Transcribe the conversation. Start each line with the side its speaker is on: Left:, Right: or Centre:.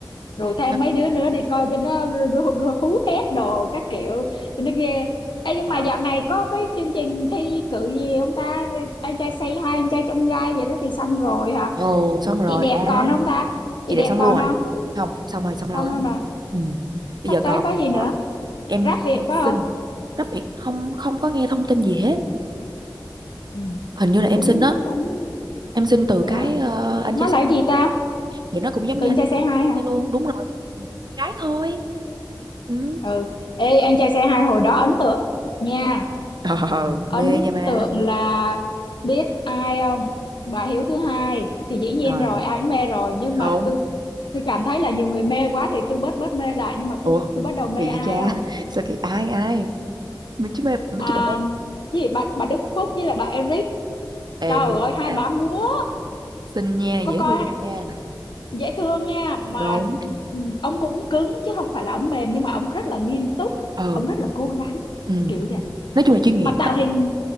Left: rủ thêm
Right: Đó.
Left: mấy đứa nữa đi coi cho nó ru- ru- ru- hú hét đồ các kiểu cho nó ghê Ê, nhưng
Right: Ờ.
Left: mà dạo này có cái chương trình thi cử gì không ta anh trai say hi anh trai trong gai vậy đó thì xong rồi hả
Right: Ồ, xong rồi
Left: chị đẹp
Right: à
Left: còn không ta
Right: chị
Left: chị đẹp
Right: đẹp xong
Left: còn
Right: luôn rồi
Left: không
Right: không xong rồi xong lâu
Left: xong
Right: lắm
Left: luôn
Right: rồi
Left: rồi
Right: ừ. bây
Left: sắp
Right: giờ
Left: tới
Right: còn
Left: có gì nữa
Right: à, em
Left: rap Việt
Right: em
Left: có
Right: xin
Left: không
Right: rất việc không không có nghe thông tin gì hết
Left: Ừ.
Right: hình như là em
Left: cũng
Right: xin đó
Left: cũng
Right: em xin từ
Left: vậy
Right: cái
Left: hả
Right: ờ, anh
Left: nó
Right: cha xe
Left: là cái gì ta
Right: thì nó cũng giống
Left: tưởng
Right: như anh
Left: trai
Right: cha
Left: xe hai hả
Right: xe luôn đúng rồi cái thôi ừ.
Left: ừ ê anh trai xe hai hồi đó ấn tượng nha
Right: ờ
Left: ấn
Right: mê nha má
Left: tượng là biết ai không bà Hiếu thứ hai thì dĩ nhiên
Right: rồi
Left: rồi ai cũng mê rồi nhưng
Right: đúng
Left: mà tôi tôi cảm thấy là nhiều người mê quá thì tôi bớt bớt mê lại nhưng mà tôi
Right: ủa
Left: tôi bắt đầu mê
Right: kỳ
Left: ai
Right: vậy cha
Left: không
Right: <laughs> sao kỳ ai ai mình chứ mê mình
Left: à,
Right: chứ bà mê
Left: cái gì bà, bà Đức Phúc với là bà Eric
Right: ê
Left: trời
Right: mê
Left: ơi hai
Right: nha
Left: bà múa
Right: xinh nha dễ
Left: có coi
Right: thương nha
Left: dễ thương nha mà
Right: đúng
Left: ừ, ông cũng cứng chứ không phải là ông mềm nhưng mà ông rất là nghiêm túc
Right: ừ
Left: ông rất là cố gắng
Right: ừ
Left: kiểu vậy
Right: nói chung là chuyên nghiệp
Left: mà tạo
Right: đó
Left: hình